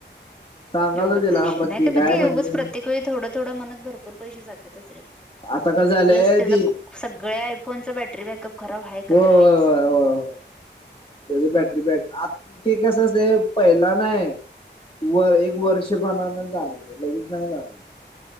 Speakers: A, on the left; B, in the centre.
A: सांगाल
B: एवढं
A: तिला
B: पैसेे नाही
A: ती
B: तर
A: काय
B: मग ते
A: म्हणली
B: उगच प्रत्येक वेळी थोडं थोडं म्हणत, भरपूर पैसे जात्यातच रे.
A: आता कस झालंय
B: आणि प्लस त्याचा
A: ती
B: सगळ्या आयफोनचा बॅटरी बॅकअप खराब आहे
A: हो
B: का,
A: होय
B: तर आहेच.
A: होय होय होय त्याच बॅटरी बॅक आ. कस ते पहिला नाय? वर एक वर्षपणान जाणवते लगेच नाही जाणवत.